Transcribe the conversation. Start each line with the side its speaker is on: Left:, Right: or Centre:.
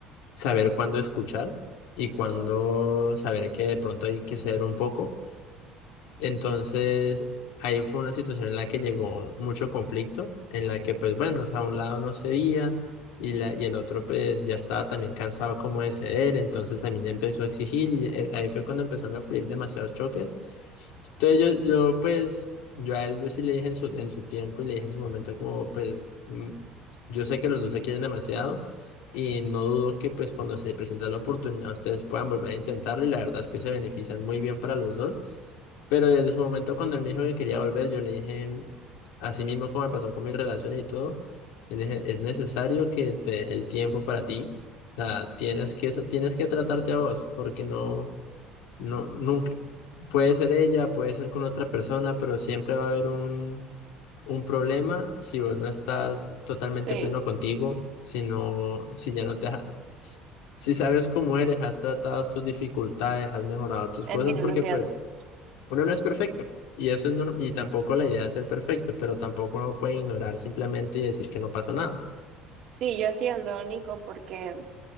Left: saber cuándo escuchar y cuándo
Right: Mm,
Left: saber que de pronto hay que ceder un poco. Entonces, ahí fue una situación en la que llegó mucho conflicto, en la que pues bueno, o sea, un lado no cedía y, la, y el otro pues ya estaba también cansado como de ceder, entonces también ya empezó a exigir y eh, ahí fue cuando empezaron a fluir demasiados choques. Entonces yo, yo pues, yo a él yo sí le dije en su, en su tiempo y le dije en su momento como pues, mm, yo sé que los dos se quieren demasiado y no dudo que pues cuando se presente la oportunidad ustedes puedan volver a intentarlo y la verdad es que se benefician muy bien para los dos. Pero desde su momento cuando él me dijo que quería volver, yo le dije, mm, así mismo como me pasó con mi relación y todo, le dije, es necesario que te deje el tiempo para ti. O sea, tienes que, tienes que tratarte a vos, porque no... No, nunca, puede ser ella, puede ser con otra persona, pero siempre va a haber un, un problema si vos no estás totalmente
Right: Sí,
Left: pleno contigo, si no, si ya no te ha- si sabes cómo eres, has tratado tus dificultades, has mejorado tus
Right: entiendo,
Left: cosas, porque
Right: entiendo.
Left: pues uno no es perfecto. Y eso es norm- y tampoco la idea es ser perfecto, pero tampoco uno puede ignorar simplemente y decir que no pasa nada.
Right: Sí, yo entiendo, Nico, porque